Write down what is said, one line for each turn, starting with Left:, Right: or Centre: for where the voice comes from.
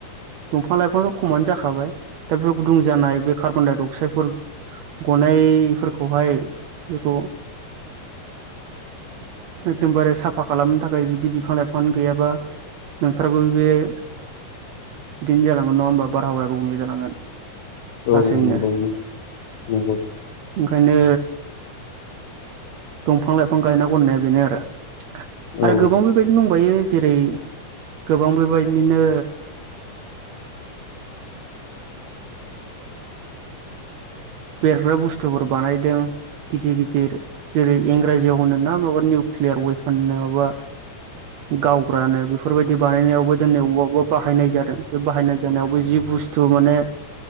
Right: दंफां लाइफांथ' खमानो जाखाबाय दा बेफोर गुदुं जानाय बे कार्बन डाइ अक्साइड फोर गनायफोरखौहाय बेखौ एकदमबारे साफा खालामनो थाखाय जुदि बिफां लाइफांआनो गैयाबा नोंथारगौ बे बिदिनो जालांगोन नङा होमबा बारहावायाब गुबुंले जालांगोन
Left: औ
Right: लासैनो
Left: औ नंगौ नंगौ।
Right: ओंखायनो दंफां लाइफां गायनांगौ होननाया बेनो आरो।
Left: औ
Right: आरो गोबां बेबायदि दंबायो जेरै गोबां बेबायदिनो बेरग्रा बुस्थुफोर बानायदों गिदिर गिदिर जेरै इंराजियाव होन ना माबा निउकलियार वेपननो माबा गावग्रानो बेफोरबायाददि बानायनायावबो दिनै अबेबा अबेबा बाहायनाय जादों बे बाहायनाय जानायावबो जि बुस्थु माने